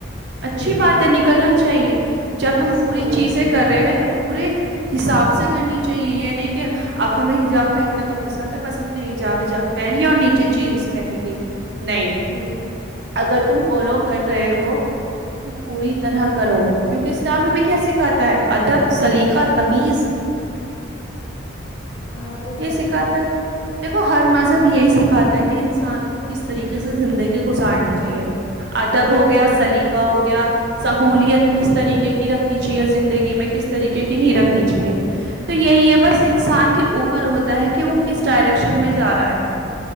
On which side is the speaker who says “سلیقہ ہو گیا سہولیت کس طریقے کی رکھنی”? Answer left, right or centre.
Right